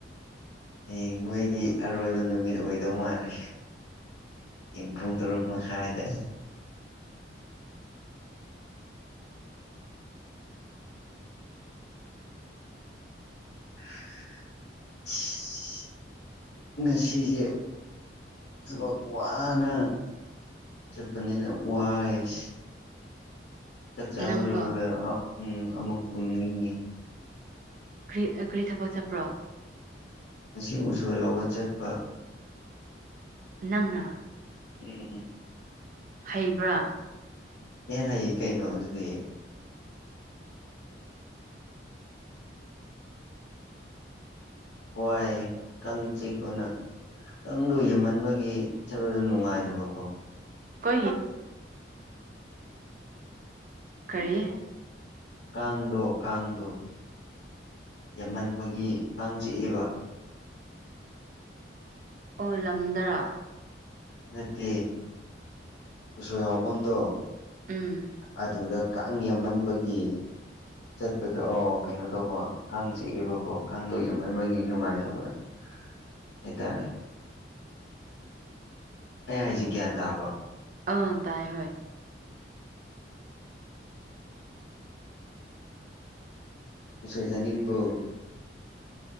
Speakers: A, on the left; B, on the right.
A: ꯍ ꯃꯣꯏꯒꯤ ꯑꯔꯣꯏꯕ ꯅꯨꯃꯤꯠ ꯑꯣꯏꯗꯧ ꯃꯥꯜꯂꯦ ꯄꯨꯡ ꯇꯔꯨꯛ ꯃꯥ ꯈꯥꯏꯗ <inaudible> ꯉꯁꯤꯁꯦ ꯊꯕꯛ ꯋꯥꯅ ꯆꯠꯄꯅꯤꯅ ꯋꯥꯏꯁ ꯆꯥꯛꯆꯥꯥ
B: ꯅꯪꯔꯣ
A: ꯑꯃ ꯂꯣꯏꯔꯒ ꯎꯝ ꯑꯃꯨꯛ ꯇꯨꯡꯅꯤꯡꯉꯤ
B: ꯀꯔꯤ ꯀꯔꯤ ꯊꯕꯛ ꯆꯠꯄ꯭ꯔꯣ
A: ꯉꯁꯤ ꯎꯁꯣꯏ ꯂꯥꯎꯧꯕ ꯆꯠꯄ
B: ꯅꯪꯅ
A: ꯎꯝ
B: ꯍꯩꯕ꯭ꯔꯥ
A: ꯑꯦ ꯍꯥꯏꯌꯦ ꯀꯩꯅꯣ ꯑꯗꯨꯗꯤ ꯋꯥꯏ ꯀꯥꯡ ꯆꯤꯄꯣꯅ ꯀꯥꯡꯗꯣ ꯌꯥꯝꯍꯟꯕꯒꯤ ꯖ ꯅꯨꯡꯉꯥꯏꯗꯕꯀꯣ
B: ꯀ ꯀꯔꯤ
A: ꯀꯥꯡꯗꯣ ꯀꯥꯟꯗꯣ ꯌꯥꯝꯃꯟꯕꯒꯤ ꯀꯥꯡ ꯆꯤꯛꯑꯦꯕ
B: ꯑꯣꯂꯝꯗꯔ
A: ꯅꯠꯇꯦ ꯎꯁꯣꯏ ꯍꯥꯎꯐꯝꯗꯣ
B: ꯎꯝ꯫
A: ꯑꯗꯨꯗ ꯀꯥꯡ ꯌꯥꯝꯃꯟꯕꯒꯤ꯫ ꯆꯠꯄꯗꯣ ꯑꯥꯎ ꯀꯩꯅꯣ ꯇꯧꯕ ꯀꯥꯡ ꯆꯤꯛꯑꯦꯕꯀꯣ ꯀꯥꯡꯗꯣ ꯌꯥꯝꯃꯒꯤ ꯅꯨꯡꯉꯥꯏꯇꯕ꯫ <unintelligible> ꯑꯩ ꯍꯥꯏꯁꯦ ꯒ꯭ꯌꯥꯟ ꯇꯥꯕ꯭ꯔꯣ꯫
B: ꯑꯥ ꯇꯥꯏ ꯍꯣꯏ꯫
A: ꯎꯁꯣꯏ ꯆꯥꯅꯤꯡꯕ꯭ꯔꯣ꯫